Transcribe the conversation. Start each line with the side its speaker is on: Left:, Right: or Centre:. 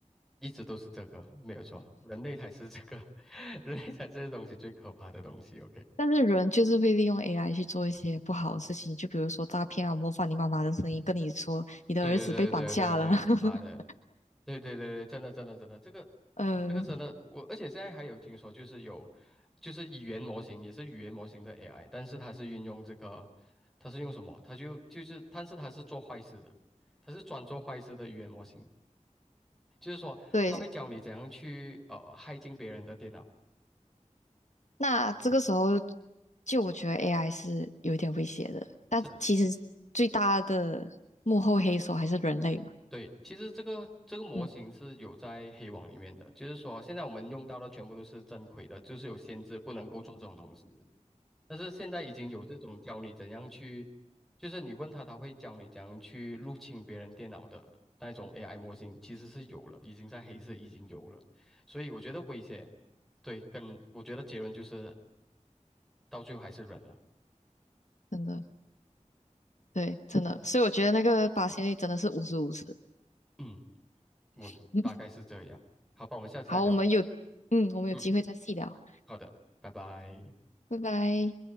Centre: 一直都是这个，没有错，人类才是这个，<laughs> 人类才是这东西最可怕的东西。OK，
Left: 但是人就是会利用 AI 去做一些不好的事情，就比如说诈骗啊，模仿你妈妈的声音跟你说你的儿子被绑架了。
Centre: 对对对对对对，
Left: <laughs>
Centre: 妈的，对对对对，真的真的真的，这个我这个真的我，
Left: 嗯，
Centre: 而且现在还有听说，就是有就是语言模型也是语言模型的 AI，但是它是运用这个，它是用什么？它就就是，但是它是做坏事的，它是专做坏事的语言模型。就是说他会教你怎样去呃害进别人的电脑。
Left: 对，那这个时候就我觉得 AI 是有一点威胁的，但其实最大的幕后黑手还是人类嘛。
Centre: 是，对，其实这个这个模型是有在黑网里面的，
Left: 嗯，
Centre: 就是说现在我们用到的全部都是正规的，就是有限制不能够做这种东西的但是现在已经有这种教你怎样去，就是你问他，他会教你怎样去入侵别人电脑的那种 AI 模型，其实是有了，已经在黑色已经有了。所以我觉得威胁，对，跟我觉得结论就是到最后还是人了。
Left: 真的。对，真的，所以我觉得那个发现率真的是五十五十。
Centre: 嗯。
Left: <laughs>
Centre: 嗯，
Left: 5
Centre: 大概是这样。好吧，我们下次再聊
Left: 好，我们有，嗯，我们有机会再细聊，
Centre: 嗯，好的，拜拜。
Left: 拜拜。